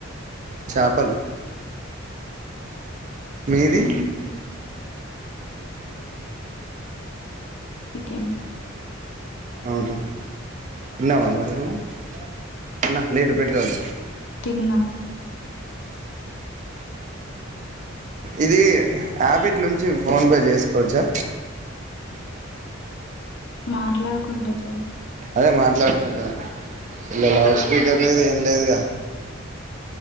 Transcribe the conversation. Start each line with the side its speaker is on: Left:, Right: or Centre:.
Right: చేపలు మీది
Left: ఉమ్ చికెన్
Right: అవునా ఎన్నావా మరి నున్నా లేలీట పెట్రోల్
Left: తిన్నా
Right: ఇది యాపిట్లో నుంచి ఫోన్పే చేసుకోవచ్చా
Left: మాట్లాడుకు ఉండజాయి
Right: అదే మాట్లాడుకుంటును ఇలా లౌడ్ స్పీకర్ లేదు ఏం లేదుగా